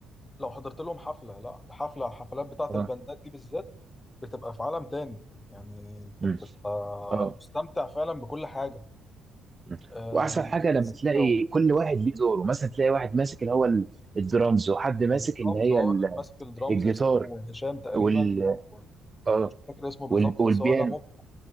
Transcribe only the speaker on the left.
لو حضرت لهم حفلة لا الحفلة الحفلات بتاعة
الباندات دي بالذات بتبقى في عالم تاني يعني أنت
بتبقى
مستمتع فعلا بكل حاجة
آم،
مزيكا
الدرامز
اه
اللي ماسك الدرامز
اسمه هشام تقريبا
او
مش فاكر اسمه بالظبط
بس هو لا مبدع